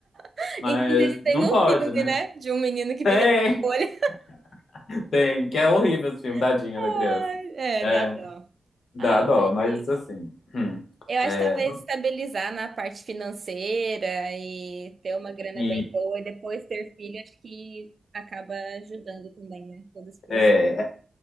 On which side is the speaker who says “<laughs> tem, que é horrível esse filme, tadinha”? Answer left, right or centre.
Left